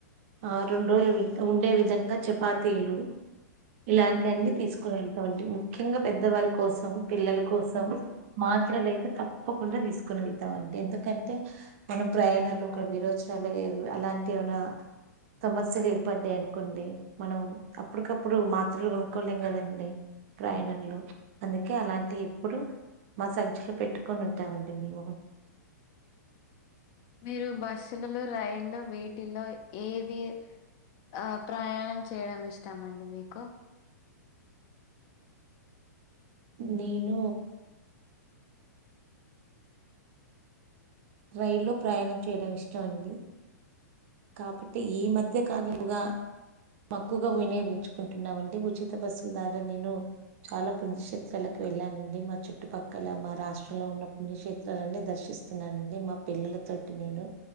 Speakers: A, on the right (about 45°); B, on the left (about 35°).
A: ఆ రెండు రోజులు ఉండే విధంగా చపాతీలు ఇలాంటి యన్ని తీసుకుని వెళ్తామండి ముఖ్యంగా పెద్దవారి కోసం పిల్లల కోసం మాత్రలైతే తప్పకుండా తీసుకొనిళ్ తమం ఎందుకంటే మన ప్రయాణాలు ఒక విరోచనాలు అలాంటి ఏమైనా సమస్యలు ఏర్పడ్డాయి అనుకోండి మనం అప్పటికప్పుడు మాత్రలుకొనుక్కోలేం కదండి. ప్రయాణంలో అందుకే అలాంటి ఎప్పుడు మా సంచిలో పెట్టుకొని ఉంటామండి మేము
B: మీరు బస్సుల్లు రైళ్లు వీటిలో ఏది ఆ ప్రయాణం చేయడం ఇష్టమండి మీకు
A: నేను రైల్లో ప్రయాణం చేయడం ఇష్టం అండి కాబట్టి ఈ మధ్య కాలపు గా తక్కువగా వినియోగించుకుంటున్నామండి ఉచిత బస్సుల్ ద్వారా నేను చాలా పుణ్యక్షేత్రాలక్ వెళ్ళానండి మా చుట్టుపక్కల మా రాష్ట్రంలో ఉన్న పుణ్యక్షేత్ త్రాలన్నీ దర్శిస్తున్నానండి మా పిల్లలతోటి నేను